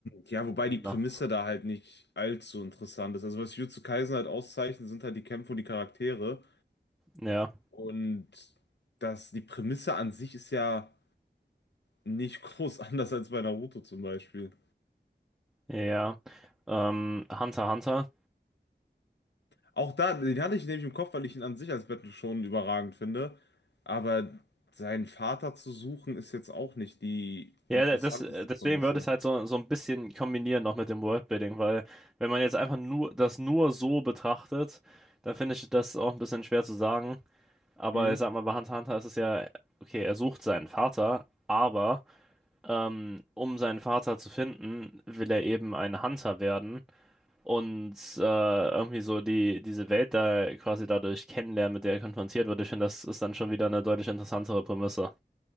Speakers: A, on the left; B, in the centre.
A: Ja, wobei
B: Na,
A: die Prämisse da halt nicht allzu interessant ist. Also was Jujutsu Kaisen halt auszeichnet, sind halt die Kämpfe und die Charaktere.
B: Ja,
A: Und das, die Prämisse an sich ist ja nicht <laughs> groß anders als bei Naruto zum Beispiel.
B: ja. ja. Ähm, Hunter, x Hunter.
A: Auch da, den hatte ich nämlich im Kopf, weil ich ihn an sich als Battle schon überragend finde. Aber seinen Vater zu suchen, ist jetzt auch nicht die
B: Ja,
A: interessanteste
B: das, deswegen
A: Prämisse.
B: würde ich es halt so, so ein bisschen kombinieren noch mit dem Worldbuilding, weil wenn man jetzt einfach nur das nur so betrachtet, dann finde ich das auch ein bisschen schwer zu sagen. Aber
A: Hm,
B: ich sag mal, bei Hunter, x Hunter ist es ja, okay, er sucht seinen Vater, aber ähm, um seinen Vater zu finden, will er eben ein Hunter werden und äh, irgendwie so die, diese Welt da quasi dadurch kennenlernen, mit der er konfrontiert wird. Ich finde, das ist dann schon wieder eine deutlich interessantere Prämisse.